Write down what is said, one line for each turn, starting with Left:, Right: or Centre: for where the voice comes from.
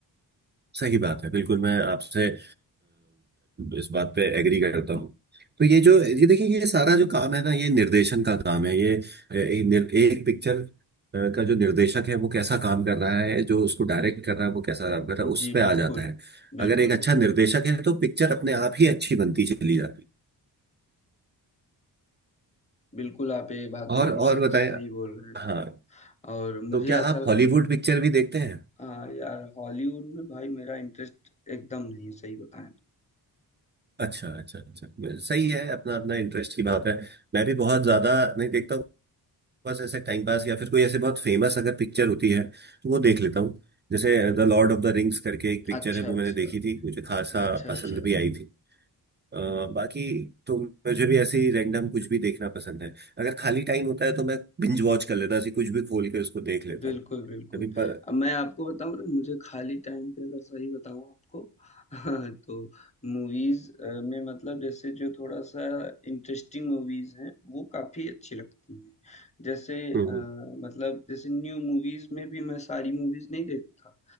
Right: सही बात है बिल्कुल मैं आपसे अ, इस बात पे एग्री करता हूँ तो ये जो ये देखिए ये सारा जो काम है ना ये निर्देशन का काम है ये अ, एक, निर- एक पिक्चर का जो निर्देशक है वो कैसा काम कर रहा है जो उसको डायरेक्ट कर रहा है वो कैसा काम कर रहा
Left: है।
Right: है उस
Left: जी,
Right: पे
Left: बिल्कुल।
Right: आ जाता है
Left: बिल्कुल,
Right: अगर एक अच्छा
Left: बिल्कुल।
Right: निर्देशक है तो पिक्चर अपने आप ही अच्छी बनती चली जाती है
Left: बिल्कुल, आप ये बात
Right: और
Left: एकदम
Right: और
Left: स
Right: बताएं
Left: सही बोल रहे हो
Right: हाँ
Left: और मुझे
Right: तो क्या
Left: ऐसा
Right: आप हॉलीवुड पिक्चर भी देखते हैं
Left: हाँ, यार हॉलीवुड में भाई मेरा इंटरेस्ट एकदम नहीं है, सही बताएँ
Right: अच्छा अच्छा अच्छा सही है अपना अपना इंटरेस्ट की बात है मैं भी बहुत ज्यादा नहीं देखता हूँ बस ऐसे टाइम पास या फिर कोई ऐसे बहुत फेमस अगर पिक्चर होती है तो वो देख लेता हूँ जैसे
Left: तो।
Right: the lord of the rings करके एक पिक्चर
Left: अच्छा,
Right: है वो
Left: अच्छा।
Right: मैंने देखी थी मुझे खासा
Left: अच्छा,
Right: पसंद
Left: अच्छा।
Right: भी आई थी अ, बाकी तो मुझे भी ऐसे ही रैंडम कुछ भी देखना पसंद है अगर खाली टाइम होता है तो मैं बिंज वॉच कर लेता हूँ, ऐसे कुछ भी खोल के उसको देख लेता
Left: बिल्कुल,
Right: हूँ
Left: बिल्कुल।
Right: अभी पर
Left: अब मैं आपको बताऊँ ना मुझे खाली टाइम पे अगर सही बताऊँ आपको <laughs> तो मूवीज़ अ, में मतलब जैसे जो थोड़ा-सा इंटरेस्टिंग मूवीज़ हैं, वो काफ़ी अच्छी लगती हैं। जैसे अ,
Right: हम्म, हम्म।
Left: मतलब जैसे न्यू मूवीज़ में भी मैं सारी मूवीज़ नहीं देखता।